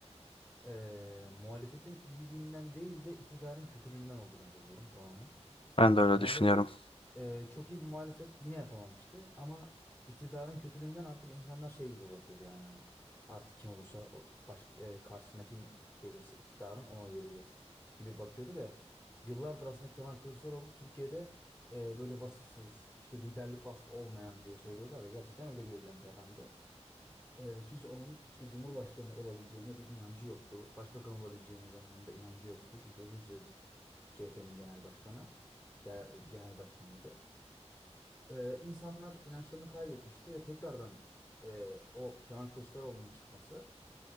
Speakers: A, on the left; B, on the left.
A: E, muhalefetin iyiliğinden değil de iktidarın kötülüğünden oldu bence bu durum tamamen.
B: Ben de öyle
A: Muhalefet
B: düşünüyorum.
A: e, çok iyi bir muhalefet yine yapamamıştı ama iktidarın kötülüğünden artık insanlar şey gibi bakıyordu yani hani artık kim olursa o baş, e, karşısına kim gelirse iktidarın ona oy vereceğiz gibi bakıyordu ve yıllardır aslında Kemal Kılıçdaroğlu Türkiye'de e, böyle vasıfsız işte liderlik vasfı olmayan diye söylüyorlar ya gerçekten öyle görülen bir adamdı. E, kimse onun işte Cumhurbaşkanı olabileceğine bir inancı yoktu. Başbakan olabileceğine zamanında inancı yoktu çünkü uzun süredir CHP'nin genel başkanı, gel- genel başkanıydı. Ee, insanlar inançlarını kaybetmişti ve tekrardan e, o Kemal Kılıçdaroğlu'nun çıkması